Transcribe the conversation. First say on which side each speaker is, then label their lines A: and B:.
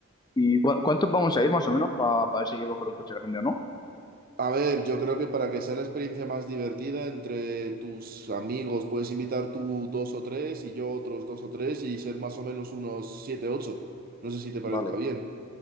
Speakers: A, on the left (about 20°); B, on the right (about 40°).
A: ¿Y cua- cuántos vamos a ir más o menos para ver si hay que coger un coche grande o no?
B: A ver, yo creo que para que sea la experiencia más divertida entre tus amigos, puedes invitar tú dos o tres y yo otros dos o tres y ser más o menos unos siete, ocho. No sé si te parezca
A: Vale.
B: bien.